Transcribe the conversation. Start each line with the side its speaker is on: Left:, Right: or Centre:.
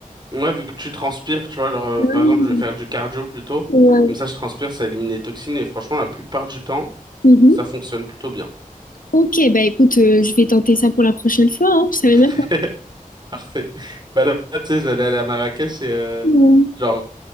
Right: Ouais, vu que tu transpires, tu vois, genre, euh,
Left: Ah
Right: par
Left: oui.
Right: exemple, je vais faire du cardio plutôt.
Left: Ouais.
Right: Comme ça, je transpire, ça élimine les toxines. Et franchement, la plupart du temps,
Left: Mhm.
Right: ça fonctionne plutôt bien.
Left: Ok, bah écoute, euh, je vais tenter ça pour la prochaine fois. Hein. Je savais
Right: <laughs>
Left: même pas.
Right: Parfait. Bah là, tu sais, j'allais aller à Marrakech et, euh,
Left: Oui,
Right: genre,